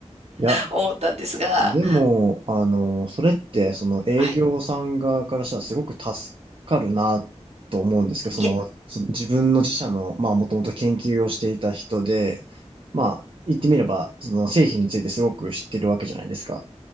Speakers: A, on the right (about 50°); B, on the right (about 65°).
A: いや、
B: 思ったんですが、
A: でも、あの、それって、その営業さん側からしたらすごく助かるなと思うんですけど、
B: はい。
A: その、
B: いや、
A: その自分の自社の、まあ、もともと研究をしていた人で、まあ、言ってみれば、その製品についてすごく知ってるわけじゃないですか。